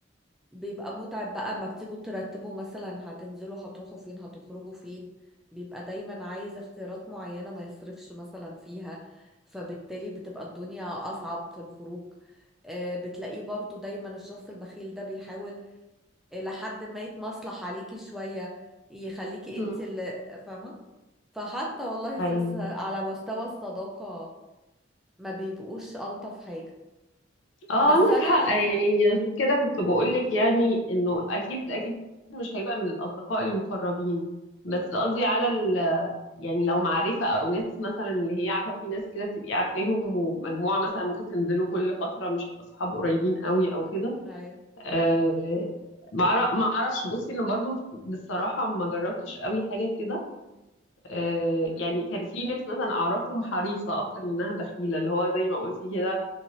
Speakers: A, in the centre; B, on the left.
A: بيبقى متعب بقى ما بتيجوا ترتبوا مثلا هتنزلوا هتروحوا فين هتخرجوا فين بيبقى دايما عايز اختيارات معينة ما يصرفش مثلا فيها فبالتالي بتبقى الدنيا اصعب في الخروج آه، بتلاقيه برضو دايما الشخص البخيل ده بيحاول إلى حد ما يتمصلح عليكي شوية يخليكي
B: مم.
A: انت اللي فاهمة فحتى والله في
B: ايوه
A: الس- على مستوى الصداقة ما بيبقوش ألطف حاجة
B: اه
A: بس
B: عندك
A: أنا
B: حق يعني عشان كده كنت بقولك يعني انه اكيد اكيد مش هيبقى من الاصدقاء المقربين بس قصدي على ال يعني لو معرفة او ناس مثلا اللي هي عارفة في ناس كده بتبقي عارفاهم ومجموعة مثلا ممكن تنزلوا كل فترة مش اصحاب قريبين قوي او كده
A: أيوه
B: آه معر- ما اعرفش بصي انا برضو بصراحة ما جربتش قوي حاجة كده آه
A: مم.
B: يعني كان في ناس مثلا اعرفهم حريصة اكتر منها بخيلة اللي هو زي ما قلتي كده